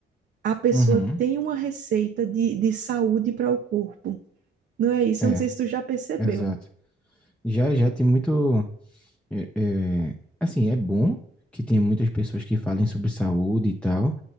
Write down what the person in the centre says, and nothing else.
Uhum.
É,
exato. Já, já tem muito. é, é, assim, é bom que tenha muitas pessoas que falem sobre saúde e tal,